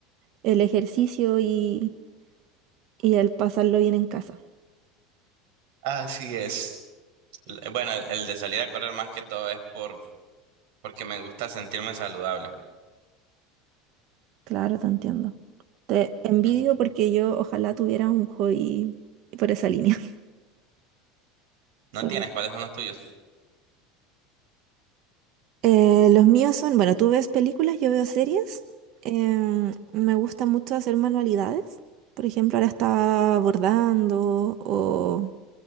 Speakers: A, on the right (about 55°); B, on the right (about 70°).
A: el ejercicio y, y el pasarlo bien en casa.
B: Así es. L- Bueno, el, el de salir a correr más que todo es por porque me gusta sentirme saludable.
A: Claro, te entiendo. Te envidio
B: Ujú.
A: porque yo ojalá tuviera un hobby por esa línea. <laughs>
B: ¿No
A: Soy-
B: tienes? ¿Cuáles son los tuyos?
A: Eh, los míos son, bueno, tú ves películas, yo veo series. Em, me gusta mucho hacer manualidades. Por ejemplo, ahora estaba bordando o,